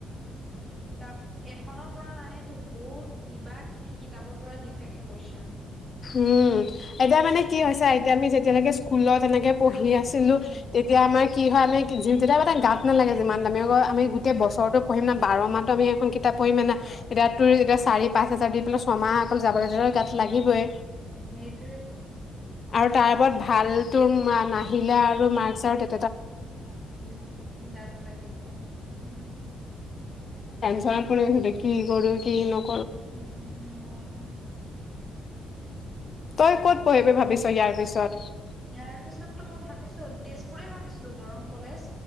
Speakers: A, on the right; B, on the left.
A: ত এক এখনৰ পৰা নাহে তো বহুত কিবা কিবি কিতাপৰ পৰা দি থাকে কোৱেশন
B: উম এতিয়া মানে কি হৈছে এতিয়া আমি যেতিয়ালৈকে স্কুলত এনেকে পঢ়ি আছিলো
A: উম,
B: তেতিয়া
A: উম,
B: আমাৰ কি হয় আমি যি তেতিয়া মানে গাত নালাগে যিমান মানে আমি গোটেই
A: উম,
B: বছৰতো পঢ়িম ন বাৰ মাহটো আমি এখন কি এটা পৰিমান না
A: অ',
B: এতিয়া তোৰ এতিয়া চাৰি। পাঁচ হাজাৰ দি পেলাই ছমাহ অকল <unintelligible> যাবলৈ গ। লাগিবই।
A: সেইটোৱে টো
B: আৰু তাৰ ওপৰত ভাল তো না নাহিলে আৰু মাৰ্ক্সৰ তে
A: উম গাত লাগিব উম
B: সেইটোৱে সোধে কি কৰিব লাগিব কি নকৰো
A: উম
B: তই ক'ত পঢ়িবি ভাবিছ ইয়াৰ পিছত
A: ইয়াৰ পিছতো মই ভাবিছো তেজপুৰে ভাবিছিলো দৰং কলেজ